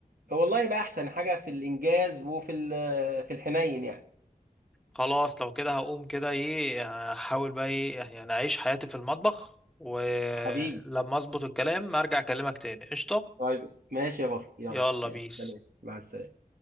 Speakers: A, on the right; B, in the centre.
A: والله يبقى احسن حاجه في الانجاز وفي ال- في الحنين يعني
B: خلاص لو كده هقوم كده إيه أحاول بقى إيه يعني أعيش حياتي في المطبخ ولما
A: حبيبي
B: أظبط الكلام أرجع أكلمك تاني قشطة
A: طيب ماشي يا بطل يلا
B: يلا
A: ماشي
B: بيس
A: سلام مع السلامه